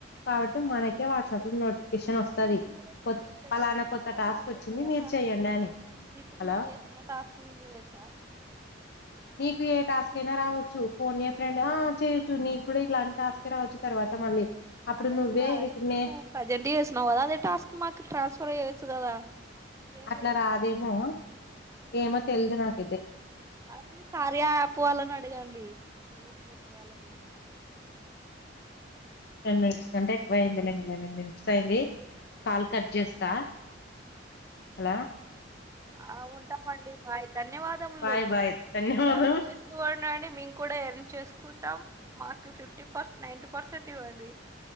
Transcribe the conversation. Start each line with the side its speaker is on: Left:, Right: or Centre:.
Left: కాబట్టి మనకే వాట్సాప్ లో నోటిఫికేషన్
Right: అంటే
Left: వస్తది
Right: మేము కూడా ఇప్పుడు
Left: కొత్
Right: రిజిస్టర్
Left: ఫలానా
Right: చేసుకున్నాం
Left: కొత్త
Right: కదా
Left: టాస్క్
Right: మాకు
Left: వచ్చింది
Right: వస్తదా
Left: మీరు
Right: టాస్క్
Left: చెయ్యండి
Right: ఇప్పుడు
Left: అని
Right: ఇప్పుడు
Left: హలో
Right: మీరు చేస్తున్న టాస్క్ మేము చేయొచ్చా
Left: నీకు ఏ టాస్క్ అయినా రావచ్చు ఫోన్ ఏ ఫ్రెండ్ ఆ చేయొచ్చు నీకు కూడా ఇలాంటి టాస్క్ రావచ్చు తర్వాత మళ్ళీ అప్పుడు
Right: అంటే
Left: నువ్వే
Right: ఇప్పుడు రాదా ఇప్పుడు
Left: నే
Right: నువ్వు ప్రజెంట్ చేస్తున్నావు కదా అదే టాస్క్ మాకు ట్రాన్స్పర్ చేయొచ్చు కదా షేర్
Left: అట్లా
Right: చేయొచ్చు
Left: రాదేమో
Right: కదా
Left: ఏమో తెలిదు నాకు
Right: అన్నీ కార్యయాప్ వాళ్ళని అడగండి మేనేజ్మెంట్ వాళ్ళని
Left: టెన్ మినిట్స్ కంటే ఎక్కువ అయింది లే ఇంకా ఎలెవన్ మినిట్స్ అయింది కాల్ కట్ చేస్తా హలో
Right: ఆ ఉంటామండి బాయ్ ధన్యవాదములు
Left: బాయ్ బాయ్ ధన్యవాదం
Right: ఇలాగే చేస్తూ ఉండండి మేము కూడా ఎర్న్ చేసుకుంటాం మాకు ఫిఫ్టీ ఫస్ట్ నైన్టి పర్సెంట్ ఇవ్వండి